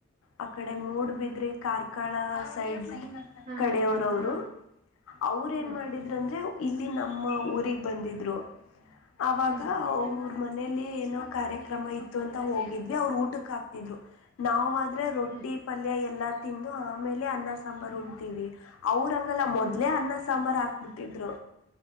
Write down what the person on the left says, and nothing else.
ಆ ಕಡೆ ಮೂಡ್ ಬಿದ್ರಿ ಕಾರ್ಕಳ. ಸೈಡ್
ಕಡೆಯವರವರು
ಅವ್ರ
ಏನ್ ಮಾಡಿದ್ರಂದ್ರೆ. ಇಲ್ಲಿ ನಮ್ಮ ಊರಿಗೆ ಬಂದಿದ್ರು. ಅವಾಗ
ಅವ್ರ ಮನೇಲಿ ಏನೋ ಕಾರ್ಯ. ಕ್ರಮ ಇತ್ತು ಅಂತ ಹೋಗಿದ್ವಿ ಅವ್ರು ಊಟಕ್ಕೆ ಹಾಕ್ತಿದ್ರು ನಾವುಾದ್ರರ ರೊಟ್ಟಿ
ಪಲ್ಯ ಎಲ್ಲ. ತಿಂದು ಆಮೇಲೆ ಅನ್ನ ಸಾಂಬಾರು ಉಣ್ತಿೀವಿ ಅವ್ರಂಗಲ್ಲ ಮೊದ್ಲೆೇ
ಅನ್ನ ಸಾಂಬಾರ್ ಹಾ. ಮುಟ್ಟಿದ್ರು.